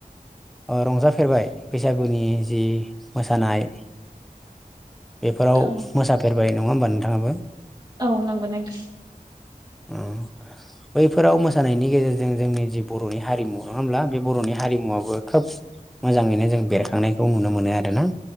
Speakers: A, in the centre; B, on the right.
A: ओ रंजाफेरबाय बैसागुनि जि मोसानाय बेफोराव
B: औ
A: मोसा फेरबाय नङा होमबा नोंथाङाबो
B: औ नंगौ नोंथां
A: अ बैफोराव मोसानायनि गेजेरजों जोंनि जे बर'नि हारिमु नङा होमब्ला बि बर'नि हारिमुवाबो खोब मोजांयैनो जों बेरखांनायखौ नुनो मोनो आरोना